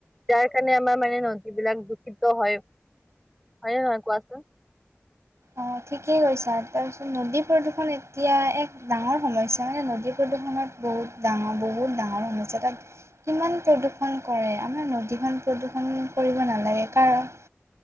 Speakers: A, in the centre; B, on the right.
A: যাৰ কাৰণে আমাৰ মানে নদীবিলাক দূষিত হয়। হয় নে নহয় কোৱাচোন?
B: অ' ঠিকেই কৈছা আৰু তাৰপিছত নদী প্ৰদূষণ এতিয়া এক ডাঙৰ সমস্যা মানে নদী প্ৰদূষণত বহুত ডাঙৰ, বহুত ডাঙৰ সমস্যা তাত কিমান প্ৰদূৰষণ কৰে, আমাৰ নদীখন প্ৰদূষণ কৰিব নালাগে কাৰণ